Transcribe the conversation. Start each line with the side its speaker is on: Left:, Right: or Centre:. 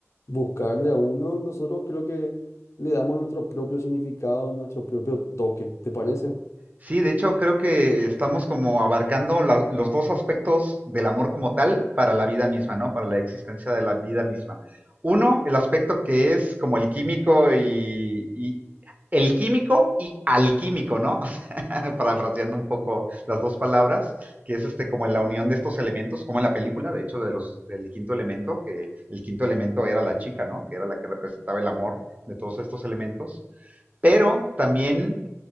Left: buscarle a uno, nosotros creo que le damos nuestro propio significado, nuestro propio toque, ¿te parece?
Right: Sí, de hecho creo que estamos como abarcando la- los dos aspectos del amor como tal para la vida misma, ¿no? Para la existencia de la vida misma. Uno, el aspecto que es como el químico y, y- el químico y alquímico, ¿no? <laughs> O sea, Parafraseando un
Left: Ujú.
Right: poco las dos palabras, que es este como la unión de estos elementos, como en la película, de hecho, de los del quinto elemento, que el quinto elemento era la chica, ¿no? Que era la que representaba el amor de todos estos elementos. Pero también